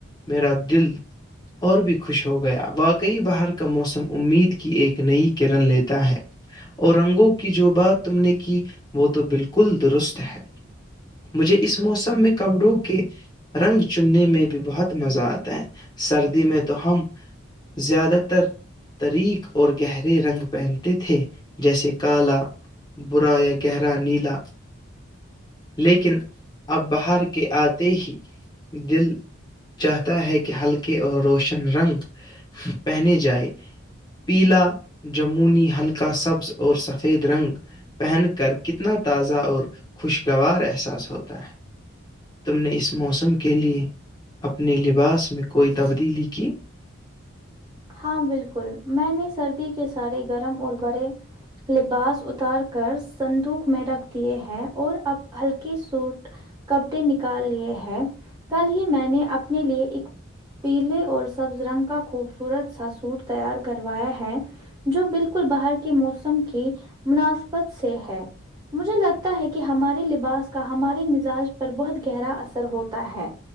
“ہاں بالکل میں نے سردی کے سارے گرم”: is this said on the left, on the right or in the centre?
Right